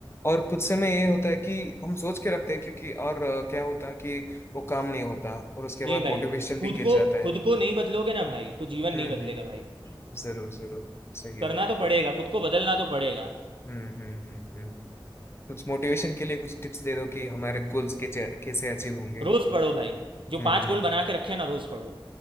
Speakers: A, on the left (about 30°); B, on the right (about 75°).
A: और कुछ समय ये होता है कि हम सोच के रखते हैं क्योंकि और अ, क्या होता है कि वो काम नहीं होता और उसके
B: नहीं
A: बाद
B: भाई
A: मोटिवेशन भी
B: खुद
A: गिर
B: को
A: जाता है
B: खुद को नहीं बदलोगे ना भाई तो जीवन नहीं
A: हम्म
B: बदलेगा
A: हम्म
B: भाई
A: जरूर जरूर सही
B: करना
A: बात
B: तो पड़ेगा खुद को बदलना तो पड़ेगा
A: हम्म हम्म हम्म हम्म। कुछ मोटिवेशन के लिए कुछ टिप्स दे दो कि हमारे गोल्स के चे- कैसे अचीव होंगे
B: रोज पढ़ो भाई
A: हम्म
B: जो पांच
A: हम्म
B: गोल बना के रखे ना रोज पढ़ो